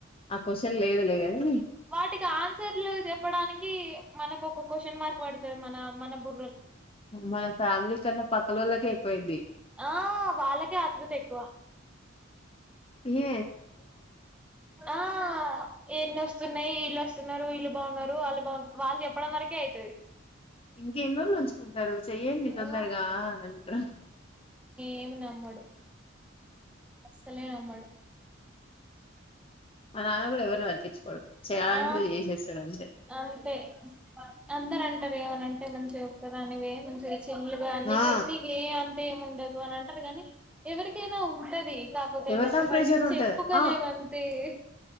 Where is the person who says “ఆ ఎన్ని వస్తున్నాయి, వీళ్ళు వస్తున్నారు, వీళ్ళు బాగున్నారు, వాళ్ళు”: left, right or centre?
Centre